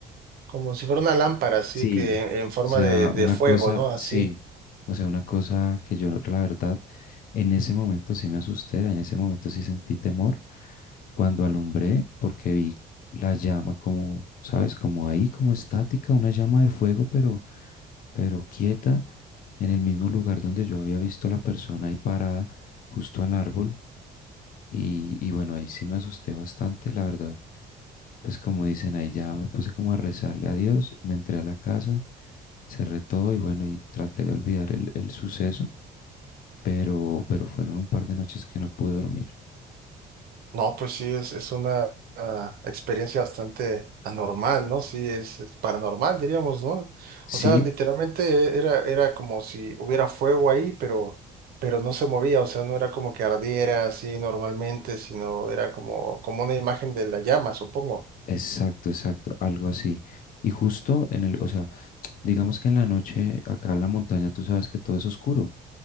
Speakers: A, on the right; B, on the left.
A: como si fuera una lámpara, así
B: Sí,
A: que en forma
B: o sea,
A: de, de
B: una
A: fuego,
B: cosa,
A: ¿no? Así.
B: sí, o sea, una cosa que yo, la verdad, en ese momento sí me asusté, en ese momento sí sentí temor cuando alumbré, porque vi la llama como, ¿sabes? Como ahí, como estática, una llama de fuego, pero, pero quieta, en el mismo lugar donde yo había visto la persona ahí parada, justo al árbol, y, y bueno, ahí sí me asusté bastante, la verdad. Pues como dicen ahí, ya me puse como a rezarle a Dios, me entré a la casa, cerré todo y bueno, y traté de olvidar el, el suceso, pero, pero fueron un par de noches que no pude dormir.
A: No, pues sí, es, es una ah, experiencia bastante anormal, ¿no? Sí, es, es paranormal, diríamos, ¿no?
B: Sí,
A: O sea, literalmente era, era como si hubiera fuego ahí, pero, pero no se movía, o sea, no era como que ardiera así normalmente, sino era como, como una imagen de la llama, supongo.
B: exacto, exacto, algo así. Y justo en el, o sea, <tsk> digamos que en la noche acá en la montaña tú sabes que todo es oscuro.